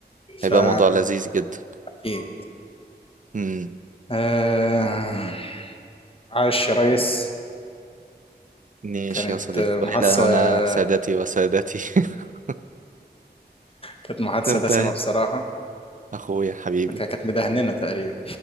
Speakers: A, on the right; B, on the left.
A: هيبقى
B: فا
A: موضوع لذيذ جدا
B: اكيد
A: مم،
B: آه عاش يا ريس
A: ماشي
B: كانت
A: يا صديقي
B: آه،
A: وإلى
B: محادثة
A: هنا سادتي وسادتي <laughs>
B: كانت محادثة
A: ده انت
B: دسمة بصراحة
A: أخويا حبيبي
B: ك- كانت مدهننا تقريبا